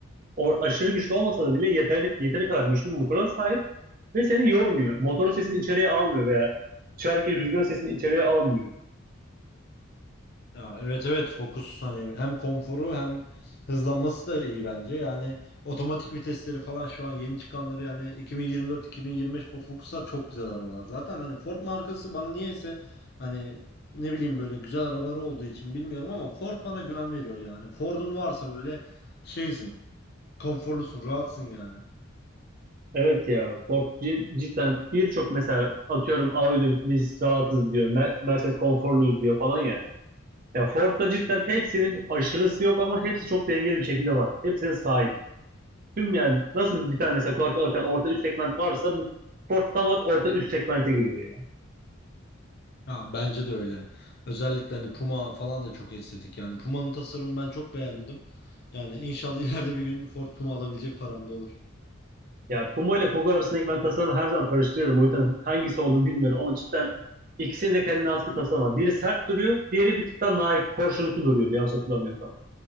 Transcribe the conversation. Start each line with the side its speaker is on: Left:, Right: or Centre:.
Right: or- aşırı güçlü olmasa da bile yeterli, yeteri kadar güçlü bir motora sahip. Ve seni yormuyor. Motorun sesini içeriye almıyor veya dışarıdaki rüzgar sesini içeriye almıyor.
Left: Ya evet evet Focus hani hem konforu hem hızlanması da iyi bence. Yani otomatik vitesleri falan şu an yeni çıkanları yani 2024-2025 Ford Focus'lar çok güzel arabalar. Zaten hani Ford markası bana niyeyse hani ne bileyim böyle güzel arabaları olduğu için bilmiyorum ama Ford bana güven veriyor yani. Ford'un varsa böyle şeysin, konforlusun, rahatsın yani.
Right: Evet ya Ford c- cidden birçok mesela atıyorum Audi biz rahatız diyor. Mer- Mercedes konforluyuz diyor falan ya. Ya Ford'da cidden hepsinin aşırısı yok ama hepsi çok dengeli bir şekilde var. Hepsine sahip. Tüm yani nasıl bir tane mesela kulaklık alırken orta üst segment varsa bu Ford tam olarak orta üst segmente giriyor yani.
Left: Ya bence de öyle. Özellikle hani Puma falan da çok estetik yani. Puma'nın tasarımını ben çok beğendim. Yani inşallah <laughs> ileride bir gün Ford Puma alabilecek param da olur.
Right: Ya Kuma ile Kogo arasındaki ben tasarımı her zaman karıştırıyorum. O yüzden hangisi olduğunu bilmiyorum ama cidden ikisinin de kendine has bir tasarımı var. Biri sert duruyor, diğeri bir tık daha naif, porsiyonlu duruyordu yanlış hatırlamıyorsam.